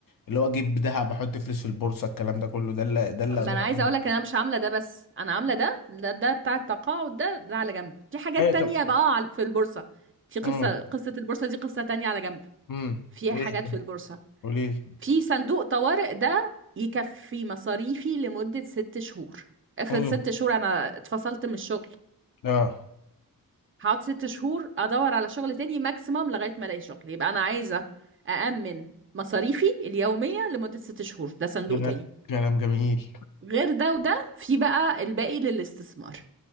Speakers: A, on the left; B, on the right.
A: اللي هو اجيب ذهب احط فلوس في البورصه الكلام ده كله ده اللي ده اللي
B: ما
A: اقدر
B: انا عايزة
A: اقوله
B: اقولك ان انا مش عاملة ده بس انا عاملة ده ده, ده بتاع التقاعد ده ده على جنب في حاجات
A: ايوه
B: تانية
A: طب
B: بقى على- في البورصة في قصة
A: امم
B: قصة البورصة دي قصة تانية على جنب
A: امم
B: فيها
A: ايه
B: حاجات
A: طب؟
B: في البورصة
A: قولي لي
B: في صندوق طوارئ ده يكفي مصاريفي لمدة ست شهور افرض
A: امم
B: ست شهور انا اتفصلت من الشغل
A: اه
B: هقعد ست شهور ادور على شغل تاني ماكسيمم لغاية ما الاقي شغل يبقى انا عايزة أأمن مصاريفي اليومية لمدة ست شهور ده صندوق
A: كلام
B: تاني
A: كلام جميل
B: غير ده وده في بقى الباقي للاستثمار